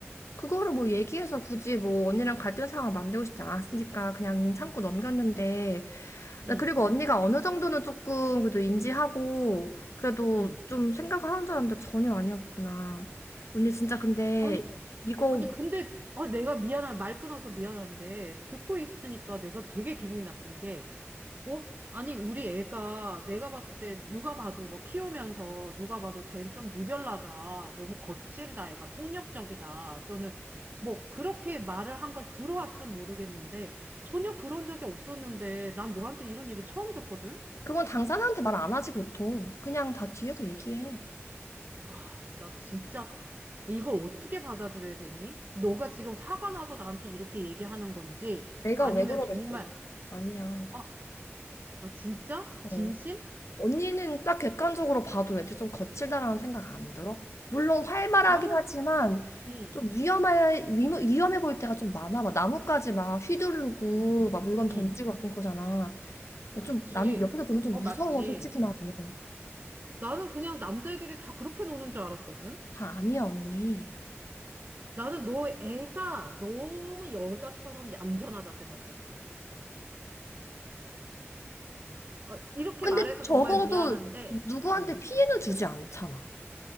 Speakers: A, on the left (about 80°); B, on the right (about 40°).
A: 그거를 뭐 얘기해서 굳이 뭐 언니랑 갈등 상황 만들고 싶지 않았으니까 그냥 참고 넘겼는데
B: 응,
A: 나 그리고 언니가 어느 정도는 조금 그래도 인지하고 그래도
B: 응.
A: 좀 생각을 하는 줄 알았는데 전혀 아니었구나. 언니 진짜 근데
B: 아니,
A: 이거
B: 아니, 근데, 아, 내가 미안한, 말 끊어서 미안한데, 듣고 있으니까 내가 되게 기분이 나쁜 게, 어? 아니, 우리 애가 내가 봤을 때 누가 봐도 뭐 키우면서 누가 봐도 쟤는 좀 유별나다. 너무 거칠다. 애가 폭력적이다. 또는 뭐 그렇게 말을 한 걸 들어왔으면 모르겠는데 전혀 그런 적이 없었는데 난 너한테 이런 얘기 처음 듣거든?
A: 그건 당사자한테 말 안 하지 보통. 그냥 다 뒤에서 얘기해.
B: 와, 나 진짜 이걸 어떻게 받아들여야 되니? 너가 지금 화가 나서 나한테 이렇게 얘기하는 건지
A: 내가
B: 아니면
A: 왜 그러겠어.
B: 정말
A: 아니야.
B: 아, 아 진짜?
A: 어.
B: 진심?
A: 언니는 딱 객관적으로 봐도 왠지 좀 거칠다라는 생각 안 들어? 물론 활발하긴
B: 나는
A: 하지만
B: 음.
A: 좀 위험해, 위, 위험해 보일 때가 좀 많아. 막 나뭇가지 막 휘두르고
B: 음.
A: 막 물건 던지고
B: 음.
A: 가끔 그러잖아. 근데
B: 그치.
A: 좀 나는 옆에서 보면 좀
B: 어,
A: 무서워,
B: 맞지.
A: 솔직히 말하면.
B: 나는 그냥 남자애들이 다 그렇게 노는 줄 알았거든.
A: 다 아니야, 언니.
B: 나는 너 애가 너무 여자처럼 얌전하다 생각했어. 아, 이렇게
A: 근데
B: 말해서
A: 적어도
B: 정말 미안한데,
A: 누구한테
B: 응.
A: 피해는 주지 않잖아.